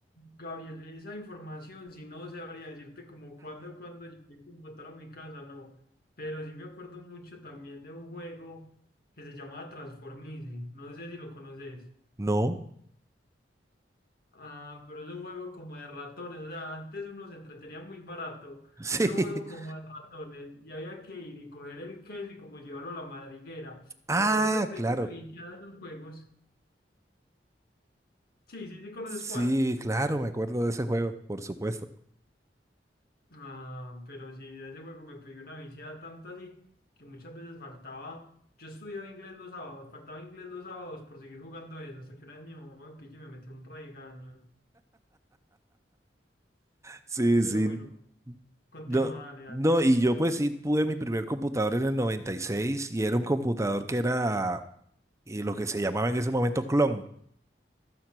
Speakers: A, on the left; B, on the right.
A: Gabriel, esa información, si no, sabría decirte como cuándo, cuándo llegué el computador a mi casa, no. Pero sí me acuerdo mucho también de un juego que se llamaba Transformice. No sé si lo conoces.
B: No.
A: Ah, pero es un juego como de ratones. O sea, antes uno se entretenía muy barato.
B: Sí.
A: Era un
B: <laughs>
A: juego como de ratones y había que ir y coger el queso y como llevarlo a la madriguera.
B: Ah,
A: Pero yo me pegué
B: claro.
A: una viciada de esos juegos. Sí, sí, sí, ¿conoces
B: Sí,
A: cuál?
B: claro, me acuerdo de ese juego, por supuesto.
A: Ah, pero sí, de ese juego me pegué una viciada tanto así que muchas veces faltaba. Yo estudiaba inglés los sábados, faltaba inglés los sábados por seguir jugando eso, hasta que una vez mi mamá me pilló y me metió un regaño.
B: Sí,
A: Pero
B: sí.
A: bueno, continúa,
B: No,
A: dale, dale.
B: no,
A: sí.
B: y yo pues sí pude mi primer computador en el 96 y seis y era un computador que era eh, lo que se llamaba en ese momento clon.